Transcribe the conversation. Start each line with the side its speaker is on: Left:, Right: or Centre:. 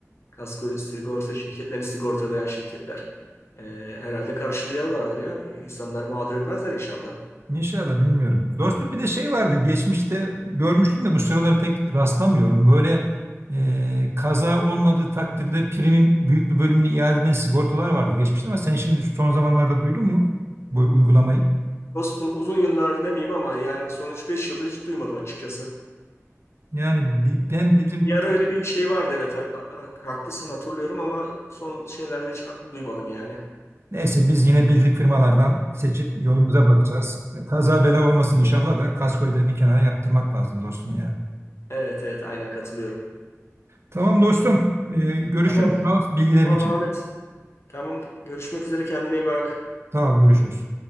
Left: Kasko sigorta şirketlerini sigortalayan şirketler. E, herhalde karşılıyorlardır ya. İnsanları mağdur etmezler inşallah.
Right: İnşallah bilmiyorum. Dostum bir de şey vardı geçmişte görmüştüm de bu sıralar pek rastlamıyorum. Böyle e, kaza olmadığı takdirde primin büyük bir bölümünü iade eden sigortalar vardı geçmişte ama sen şimdi son zamanlarda duydun mu bu uygulamayı?
Left: Dostum uzun yıllar demeyeyim ama yani son üç beş yıldır hiç duymadım açıkçası.
Right: Yani bi- ben bizim
Left: Bir ara öyle bir şey vardı evet ha- ha- haklısın hatırlıyorum ama son şeylerde hiç duymadım yani.
Right: neyse biz yine bildik firmalardan seçip yolumuza bakacağız. Kaza bela olmasın inşallah da kaskoyu da bir kenara yaptırmak lazım dostum ya.
Left: Evet evet aynen katılıyorum.
Right: Tamam dostum. E, görüşürüz.
Left: Tamam
Right: Sağ ol bilgilerin
Left: tamam
Right: için.
Left: Ahmet. Tamam görüşmek üzere kendine iyi bak.
Right: Sağ ol görüşürüz.